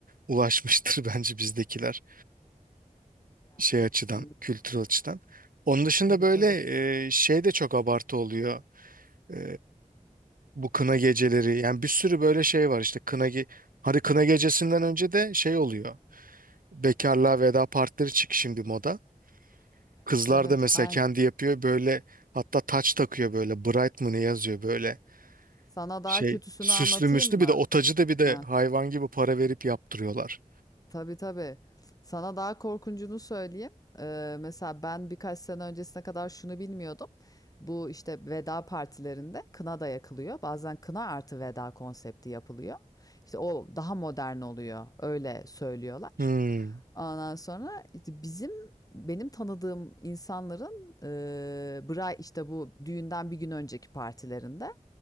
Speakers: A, on the right; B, on the left.
A: ulaşmıştır <laughs> bence bizdekiler
B: ya
A: şey açıdan
B: evet. Hı,
A: kültürel açıdan. Onun dışında
B: Tabii
A: böyle
B: tabii.
A: e, şey de çok abartı oluyor E, bu kına geceleri yani bir sürü böyle şey var işte kına ge hadi kına gecesinden önce de şey oluyor bekarlığa veda partileri çık şimdi moda.
B: Evet
A: Kızlar
B: evet.
A: da mesela
B: Ay.
A: kendi yapıyor böyle hatta taç takıyor böyle bright mı ne yazıyor böyle
B: Sana daha
A: şey
B: kötüsünü
A: süslü
B: anlatayım
A: müslü
B: mı?
A: bir de o tacı da bir de
B: Ha.
A: hayvan gibi para verip yaptırıyorlar.
B: Tabii tabii. Sana daha korkuncunu söyleyeyim. Ee, mesela ben birkaç sene öncesine kadar şunu bilmiyordum. Bu işte veda partilerinde kına da yakılıyor. Bazen kına artı veda konsepti yapılıyor. İşte o daha modern oluyor. Öyle söylüyorlar.
A: Hmm.
B: Ondan sonra işte bizim benim tanıdığım insanların e, bra işte bu düğünden bir gün önceki partilerinde